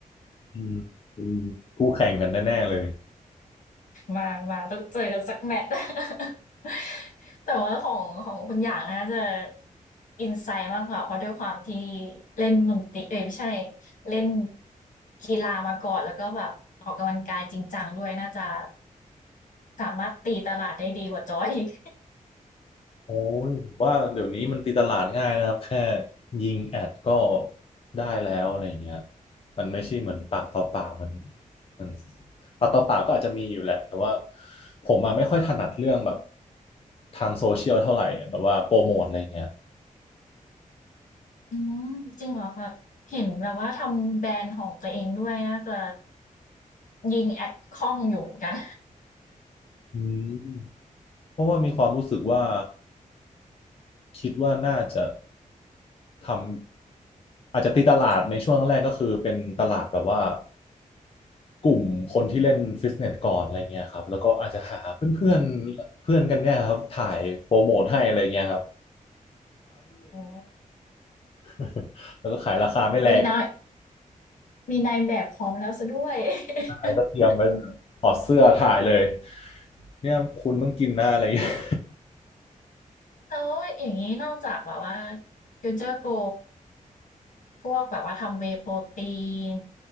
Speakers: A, on the left (about 40°); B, on the left (about 65°).
A: อืมเป็นคู่แข่งกันแน่ๆเลย
B: มามาต้องเจอกันสักแมตช์ <laughs> แต่ว่าของของคุณหยางน่าจะอินไซต์มากกว่าเพราะด้วยความที่เล่นดนตรีเอ้ยไม่ใช่เล่นกีฬามาก่อนแล้วก็แบบออกกำลังกายจริงจังด้วยน่าจะสามารถตีตลาดได้ดีกว่าจอยอีก
A: โอ้ยผมว่าเดี๋ยวนี้มันตีตลาดง่ายนะครับแค่ยิงแอดก็ได้แล้วอะไรอย่างเงี้ยมันไม่ใช่เหมือนปากต่อปากเหมันเหมันปากต่อปากก็อาจจะมีอยู่แหละแต่ว่าผมมาไม่ค่อยถนัดเรื่องแบบทางโซเชียลเท่าไหร่แบบว่าโปรโมทอะไรอย่างเงี้ย
B: อืมจริงเหรอคะเห็นแบบว่าทำแบรนด์ของตัวเองด้วยน่าจะยิงแอดคล่องอยู่เหมือนกัน
A: อืมเพราะว่ามีความรู้สึกว่าคิดว่าน่าจะทำ อาจจะตีตลาดในช่วงแรกก็คือเป็นตลาดแบบว่ากลุ่มคนที่เล่นฟิตเนสก่อนอะไรเงี้ยครับแล้วก็อาจจะหาเพื่อนเพื่อนเพื่อนกันเนี่ยครับถ่ายโปรโมทให้อะไรเงี้ยครับ
B: <laughs> อ๋อ
A: <laughs> แล้วก็ขายราคาไม่แรง
B: มีแนว มีนายแบบพร้อมแล้วซสด้วย <laughs>
A: อะไรก็เตรียมไว้เลยถอดเสื้อถ่ายเลยเนี่ยคุณต้องกินหน้าอะไรเงี้ย
B: แล้วอย่างนี้นอกจากแบบว่า Future Go พวกแบบว่าทำ Whey Protein